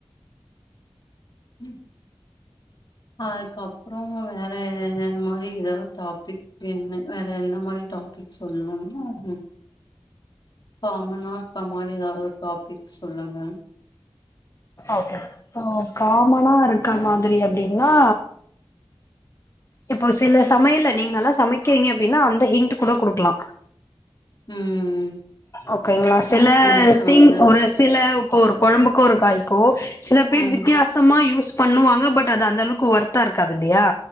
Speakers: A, on the left (about 55°); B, on the left (about 35°).
A: ம் அதுக்கப்றோ வேற மாரி ஏதா டாபிக் வேணுணா வேற ஏதா இந்த மாரி டாபிக் சொல்லனு காமனா இப்ப மாரி ஏதாவது ஒரு டாபிக் சொல்லுங்க
B: ஓகே ஆ காமனா இருக்க மாரி அப்டின்னா இப்போ சில சமையல்ல நீங்க நல்லா சமைக்கிறீங்க அப்டின்னா அந்த ஹிண்ட்டு கூட குடுக்கலா
A: ம்
B: ஓகேங்களா
A: குக்கிங்
B: சில
A: சொல்லுங்க
B: திங் ஒரு சில இப்ப ஒரு குழம்புக்கோ ஒரு காய்க்கோ சில பேர்
A: ம்
B: வித்தியாசமா யூஸ் பண்ணுவாங்க பட் அது அந்த அளவுக்கு வோர்த்தா இருக்காது இல்லையா